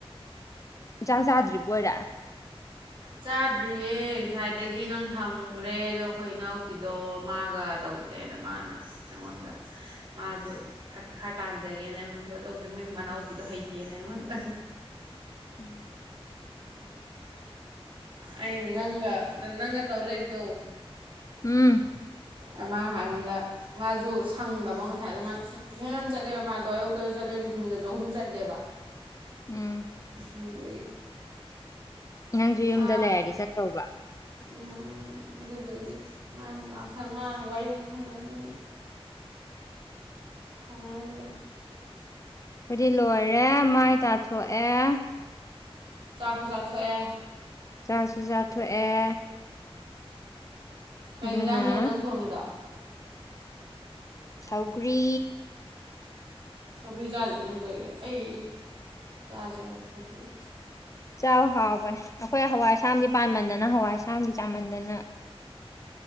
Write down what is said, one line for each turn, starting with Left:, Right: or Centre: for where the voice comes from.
Left: ꯆꯥꯛ ꯆꯥꯗ꯭ꯔꯤꯕꯣꯏꯔꯦ
Right: ꯆꯥꯗ꯭ꯔꯤꯌꯦ ꯉꯁꯥꯏꯗꯒꯤ ꯅꯪ ꯊꯝꯈ꯭ꯔꯦ ꯑꯗꯣ ꯑꯩꯈꯣꯏ ꯏ ꯅꯥꯎꯄꯤꯗꯣ ꯃꯥꯒ ꯇꯧ <unintelligible> ꯃꯥꯅ ꯑꯩꯉꯣꯟꯗ ꯃꯥꯁꯨ ꯈꯔ ꯈꯔ ꯇꯥꯟꯖꯒꯦꯅ ꯑꯩꯉꯣꯟꯗ <unintelligible> ꯇꯧꯁꯦ ꯃꯣꯏ ꯃꯅꯥꯎꯄꯤꯗꯣ ꯍꯩꯇꯦꯅ ꯑꯩꯉꯣꯟꯗ
Left: ꯎꯝ
Right: ꯑꯩꯅ ꯅꯪꯒ ꯅꯪꯒ ꯇꯧ ꯂꯩꯕꯗꯣ
Left: ꯎꯝ
Right: ꯑ ꯃꯥ ꯍꯥꯏ ꯑꯩꯉꯣꯟꯗꯥ ꯃꯥꯁꯨ ꯁꯪꯗꯕ ꯉꯁꯥꯏ ꯑꯗ ꯃꯥ ꯇꯨꯁꯟ--ꯇꯨꯁꯟ ꯃꯌꯥꯝ ꯆꯠꯂꯦꯕ ꯃꯥꯗꯣ ꯑꯌꯨꯛꯇꯁꯨ ꯆꯠꯂꯦ ꯅꯨꯡꯊꯤꯟꯜꯗꯁꯨ ꯑꯍꯨꯝ ꯆꯠꯂꯦꯕ
Left: ꯎꯝ
Right: ꯑꯗꯨꯗꯨꯒꯤ
Left: ꯅꯪꯁꯨ ꯌꯨꯝꯗ
Right: ꯃꯥ
Left: ꯂꯩꯔꯗꯤ ꯆꯠꯇꯧꯕ
Right: ꯎꯝ ꯑꯗꯨꯗꯨꯒꯤ ꯃꯥꯅ ꯉꯥꯛ <unintelligible> ꯃꯥꯅ ꯋꯥꯔꯤ ꯉꯥꯛ ꯁꯥꯟꯅꯁꯦꯅꯥ ꯁꯥꯅꯥꯔꯝꯕꯅꯤ
Left: ꯑꯩꯈꯣꯏꯗꯤ ꯂꯣꯏꯔꯦ ꯃꯥꯏ ꯇꯥꯊꯣꯛꯑꯦ
Right: ꯆꯥꯛꯁꯨ ꯆꯥꯊꯣꯛꯑꯦ
Left: ꯆꯥꯛꯁꯨ ꯆꯥꯊꯣꯛꯑꯦ
Right: ꯀꯩ
Left: ꯑꯗꯨꯅ
Right: ꯌꯦꯟꯖꯥꯡꯅꯦꯕ ꯅꯪ ꯊꯣꯡꯉꯤꯗꯣ
Left: ꯁꯧꯒ꯭ꯔꯤ
Right: ꯁꯧꯒꯔꯤ ꯆꯥꯗꯥꯗꯨꯝ ꯀꯨꯏꯔꯦ ꯑꯩ ꯆꯥꯁꯦꯔ ꯁꯧꯒꯔꯤ
Left: ꯆꯥꯎ ꯍꯥꯎꯕꯅꯦ ꯑꯩꯈꯣꯏ ꯍꯋꯥꯏ ꯑꯁꯥꯡꯕꯤ ꯄꯥꯟꯕꯃꯟꯗꯅ ꯍꯋꯥꯏ ꯑꯁꯥꯡꯕꯤ ꯆꯥꯃꯟꯗꯅ